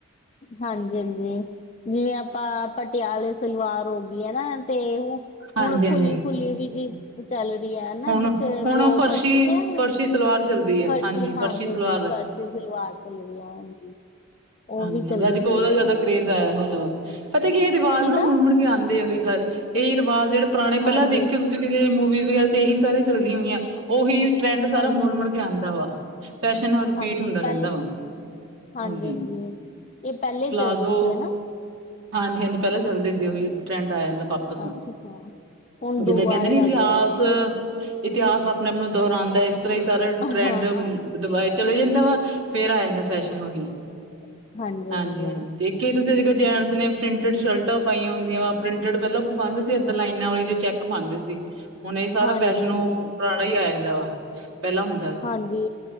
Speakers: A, on the left; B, on the right.
A: ਹਾਂਜੀ-ਹਾਂਜੀ। ਜਿਵੇਂ ਆਪਾਂ ਪਟਿਆਲੇ ਸਲਵਾਰ ਹੋ ਗਈ ਹੈ ਨਾ ਤੇ ਓ
B: ਹਾਂਜੀ
A: ਹੁਣ
B: ਹਾਂਜੀ
A: ਖੁਲੀ-ਖੁਲੀ ਵੀ ਜਿ ਚੱਲ ਰਹੀ ਐ ਹੈਨਾ
B: ਹੁਣ
A: ਜਿੱਥੇ
B: ਹੁਣ
A: ਓ
B: ਉਹ ਫਰਸ਼ੀ
A: ਬਣਦੀਆਂ ਹੁਣ
B: ਫਰਸ਼ੀ ਸਲਵਾਰ ਚੱਲਦੀ ਹੈ
A: ਫਰਸੀ
B: ਹਾਂਜੀ
A: ਹਾਂਜੀ-ਹਾਂਜੀ
B: ਫਰਸ਼ੀ ਸਲਵਾਰ
A: ਫਰਸੀ ਸਲਵਾਰ ਚਲ ਰਹੀਆਂ ਹਾਂਜੀ। ਉਹ
B: ਹਾਂਜੀ
A: ਵੀ ਚੱਲਦੀ
B: ਹਾਂਜੀ ਅੱਜ ਕਲ
A: ਪਈ
B: ਓਦਾ
A: ਹੈ
B: ਜ਼ਆਦਾ
A: ਹੁਣ
B: ਕਰੇਜ਼ ਆਯਾ ਹੋਯਾ ਵਾ ਪਤਾ ਕੀ ਇਹ ਰਿਵਾਜ਼
A: ਕਿਦਾ
B: ਨਾ ਮੁੜ-ਮੁੜ ਕੇ ਆਦੇ ਏ ਵੀ ਸਾਰੇ ਏਹੀ ਰਿਵਾਜ਼ ਜੇੜੇ ਪੁਰਾਣੇ
A: ਹਾਂਜੀ
B: ਪੈਲਾ ਦੇਖ ਹੋ ਤੁਸੀਂ ਕਿ ਮੂਵੀਜ਼ ਵਗੈਰਾ ਏਹੀ ਸਾਰ ਚੱਲਦੀਆਂ ਹੋਈਆਂ ਓਹੀ ਟਰੈਂਡ
A: ਹਾਂਜੀ-ਹਾਂਜੀ
B: ਸਾਰਾ ਮੁੜ-ਮੁੜ
A: ਹਾਂਜੀ
B: ਕੇ ਆਦਾ ਵਾ ਫੈਸ਼ਨ ਨਾ ਰਿਪੀਟ
A: ਹਾਂਜੀ
B: ਹੁੰਦਾ
A: ਪਹਿਲੇ
B: ਰੇਨਦਾ ਵਾ।
A: ਹਾਂਜੀ-ਹਾਂਜੀ
B: ਹਾਂਜੀ
A: ਇਹ ਪਹਿਲੇ
B: ਪਲਾਜ਼ੋ
A: ਚੱਲਦੇ ਸੀ ਹਨਾ
B: ਹਾਂਜੀ-ਹਾਂਜੀ ਪੈਲਾ ਚੱਲਦੇ ਸੀ ਓਹੀ ਟਰੈਂਡ ਆਯਦਾ ਜਾਂਦਾ ਪਾ।
A: ਅੱਛਾ-ਅੱਛਾ ਹੁਣ ਦੁਬਾਰੇ
B: ਜਿੱਦਾਂ ਕੇਦੇ ਨੀ ਇਤਿਹਾਸ
A: ਆ ਗਿਆ
B: ਇਤਿਹਾਸ ਆਪਣੇ ਆਪ ਨੂੰ ਦੁਹਰਾਦਾ, ਇਸ ਤਰਾਂ ਹੀ ਸਾਰਾ
A: ਹਾਂ
B: ਟਰੈਂਡ ਵਾਏ ਚਲੇ ਜਾਂਦਾ ਵਾ ਫੇਰ ਆ ਜਾਂਦਾ ਫੈਸ਼ਨ ਓਹੀ
A: ਹਾਂਜੀ-ਹਾਂਜੀ-ਹਾਂਜੀ
B: ਹਾਂਜੀ-ਹਾਂਜੀ ਦੇਖ ਕੀ ਤੁਸੀਂ ਜਿ ਜੈਂਟਸ ਨੇ ਪ੍ਰਿੰਟਡ ਸ਼ਰਟਾਂ ਪਾਈਆਂ ਹੁੰਆਂ ਵਾ ਪ੍ਰਿੰਟਡ ਪੇਲਾ ਕੋਈ ਪਾਦੇ ਸੀਗੇ ਲਾਈਨਾਂ ਵਾਲੀ ਜੇ ਚੈੱਕ ਮਾਂਦੇ ਸੀ ਹੁਣ ਇਹ ਸਾਰਾ
A: ਹਾਂਜੀ-ਹਾਂਜੀ
B: ਫੈਸ਼ਨ ਓ ਪਰਾਣਾ ਹੀ ਆ ਜਾਂਦਾ ਵਾ ਪੈਲਾ ਹੁਨ
A: ਹਾਂਜੀ